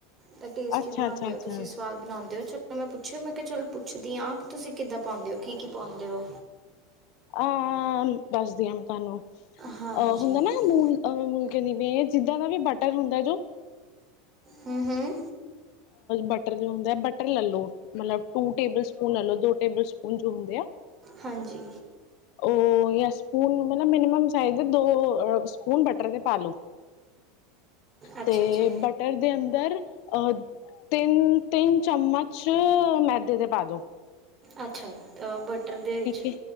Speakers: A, on the right; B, on the left.
A: ਤਾਂ ਟੇਸਟੀ
B: ਅੱਛਾ
A: ਬਣਾਉਂਦੇ
B: ਅੱਛਾ
A: ਹੋ
B: ਅੱਛਾ
A: ਤੁਸੀਂ, ਸਵਾਦ ਬਣਾਉਂਦੇ ਹੋ। ਮੈਂ ਪੁੱਛਿਆ, ਮੈਂ ਕਿਹਾ ਚਲ ਪੁੱਛਦੀ ਹਾਂ ਕਿ, ਤੁਸੀਂ ਕਿੱਦਾਂ ਪਾਉਂਦੇ ਹੋ ਕੀ ਕੀ ਪਾਉਂਦੇ ਹੋ?
B: ਅ ਦੱਸਦੀ ਹਾਂ ਤੁਹਾਨੂੰ <inaudible>
A: ਹਾਂਜੀ
B: ਅਹ ਹੁੰਦਾ
A: ਹੂੰ
B: ਨਾ ਮੂਲ ਅਹ ਮੁਲ ਕ ਦੀਵੇ <inaudible> ਜਿੱਦਾਂ ਦਾ ਵੀ, ਬਟਰ ਹੁੰਦਾ ਜੋ
A: ਹਮ ਹਮ।
B: ਬਟਰ ਜੋ ਹੁੰਦਾ ਬਟਰ ਲੈਲੋ, ਮਤਲਬ ਟੂ ਟੇਬਲ ਸਪੂਨ ਲੈਲੋ ਦੋ ਟੇਬਲ ਸਪੂਨ ਜੋ ਹੁੰਦੇ ਆ।
A: ਹਾਂਜੀ।
B: ਉਹ ਸਪੂਨ ਮ <inaudible> ਮਮਮ ਸਾਈਜ਼ ਦੋ <unintelligible> ਹੁਣ ਬਟਰ ਤੇ ਪਾਲੋ।
A: ਅੱਛਾ
B: ਤੇ
A: ਅੱਛਾ
B: ਬਟਰ ਦੇ ਅੰਦਰ ਅਹ <inaudible> ਤਿੰਨ -ਤਿੰਨ ਚਮਚ ਮੈਦੇ ਦੇ ਪਾਦੋ।
A: ਅੱਛਾ। ਬਟਰ ਦੇ ਵਿੱਚ
B: ਹੈ